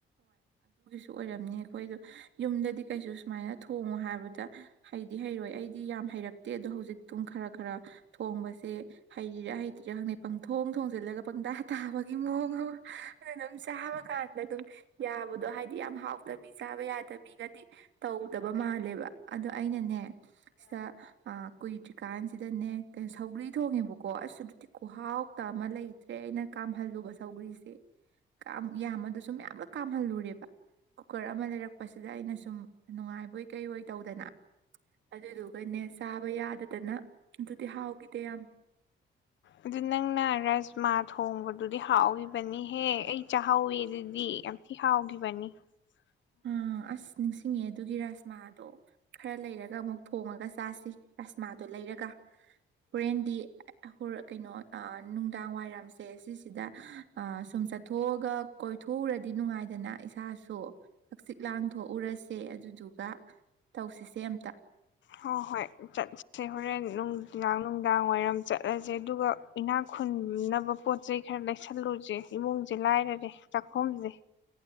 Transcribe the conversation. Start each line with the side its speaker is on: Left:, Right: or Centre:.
Right: ꯨ ꯑꯣꯏꯔꯝꯅꯤ ꯑꯩꯈꯣꯏꯗꯣ ꯌꯨꯝꯗꯗꯤ ꯀꯩꯁꯨ ꯁꯨꯃꯥꯏꯅ ꯊꯣꯡꯉꯣ ꯍꯥꯏꯕꯗ ꯍꯩꯗꯤ ꯍꯩꯔꯣꯏ ꯑꯩꯗꯤ ꯌꯥꯝ ꯍꯩꯔꯛꯇꯦ ꯑꯗꯣ ꯍꯧꯖꯤꯛꯇꯝ ꯈꯔ ꯈꯔ ꯊꯣꯡꯕꯁꯦ ꯍꯩꯔꯤꯔꯥ ꯍꯩꯇꯔꯤꯂ ꯈꯪꯗꯦ ꯊꯣꯡ ꯊꯣꯡꯖꯤꯜꯂꯒ ꯄꯪꯇꯥ ꯇꯥꯕꯒꯤ ꯃꯑꯣꯡ ꯑꯃ ꯑꯗꯨ ꯑꯗꯨꯝ ꯆꯥꯕ ꯀꯥꯟꯗ ꯑꯗꯨꯝ ꯌꯥꯕꯗꯣ ꯍꯥꯏꯗꯤ ꯌꯥꯝ ꯍꯥꯎꯗꯕꯤ ꯆꯥꯕ ꯌꯥꯗꯕꯤꯒꯗꯤ ꯇꯧꯗꯕ ꯃꯥꯜꯂꯦꯕ ꯑꯗꯣ ꯑꯩꯅꯅꯦ
Left: ꯎ <inaudible>
Right: ꯁꯤꯗ ꯀꯨꯏꯗ꯭ꯔꯤꯀꯥꯟꯁꯤꯗꯅꯦ ꯁꯧꯒ꯭ꯔꯤ ꯊꯣꯡꯉꯦꯕꯀꯣ ꯑꯁ ꯑꯗꯨꯗꯤ ꯀꯨꯍꯥꯎ ꯇ ꯂꯩꯇꯔꯦ ꯑꯩꯅꯥ ꯀꯝꯍꯜꯂꯨꯕ ꯁꯥꯎꯈꯔ꯭ꯤꯁꯦ ꯀꯝ ꯑꯗꯨꯁꯨ ꯃꯌꯥꯝ <unintelligible> ꯀꯥꯝꯍꯜꯂꯨꯔꯦꯕ ꯀꯨꯀꯔ ꯑꯃ ꯂꯩꯔꯛꯄꯁꯤꯗ ꯑꯩꯅꯁꯨ ꯁꯨꯝ ꯅꯨꯡꯉꯥꯏꯕꯣꯏ ꯀꯩꯪ ꯑꯣꯢ ꯇꯧꯗꯅ ꯑꯗꯨꯗꯨꯒꯅꯦ ꯆꯥꯕ ꯌꯥꯗꯗꯅ ꯑꯗꯨꯗꯤ ꯍꯥꯎꯈꯤꯗꯦ ꯌꯥꯝ
Left: ꯑꯗꯨ ꯅꯪꯅ ꯔꯥꯖꯃꯥ ꯊꯣꯡꯕꯗꯨꯗꯤ ꯍꯥꯎꯈꯤꯕꯅꯤꯍꯦ ꯑꯩ ꯆꯥꯛꯍꯥꯎꯋꯦ ꯑꯗꯨꯗꯤ ꯌꯥꯝ ꯊꯤ ꯍꯥꯎꯈꯤꯕꯅꯤ ꯎꯝ
Right: ꯑꯥ ꯑꯁ ꯅꯤꯡꯁꯤꯡꯉꯦ ꯑꯗꯨꯒꯤ ꯔꯥꯁꯃꯥꯗꯣ ꯈꯔ ꯂꯩꯔꯒ ꯑꯃꯨꯛ ꯊꯣꯡꯉꯒ ꯆꯥꯁꯤ ꯔꯥꯁꯃꯥꯗꯣ ꯂꯩꯔꯒ ꯍꯣꯔꯦꯟꯗꯤ ꯍ ꯀꯩꯅꯣ ꯑ ꯅꯨꯡꯗꯥꯡ ꯋꯥꯏꯔꯝꯁꯦ ꯁꯤꯁꯤꯗ ꯑ ꯁꯨꯝ ꯆꯠꯊꯣꯛꯑꯒ ꯀꯣꯏꯊꯣꯛꯎꯔꯗꯤ ꯅꯨꯡꯉꯥꯏꯗꯅ ꯏꯁꯥꯁꯨ ꯍꯥꯛꯆꯤꯛ ꯂꯥꯡ ꯊꯣꯛꯎꯔꯁꯦ ꯑꯗꯨꯗꯨꯒ ꯇꯧꯁꯤꯁꯦ ꯑꯝꯇ
Left: ꯍꯣꯏ ꯍꯣꯏ ꯆꯠꯁꯦ ꯍꯣꯔꯦꯟ ꯅꯨꯡꯗꯥꯡ ꯅꯨꯡꯗꯥꯡ ꯋꯥꯏꯔꯝ ꯆꯠꯂꯁꯦ ꯑꯗꯨꯒ ꯏꯅꯥꯛ ꯈꯨꯟꯅꯕ ꯄꯣꯠ ꯆꯩ ꯈꯔ ꯂꯩ ꯀꯁꯜꯂꯨꯁꯦ ꯏꯃꯨꯡꯁꯦ ꯂꯥꯏꯔꯔꯦ ꯆꯥꯛꯈꯨꯝꯁꯦ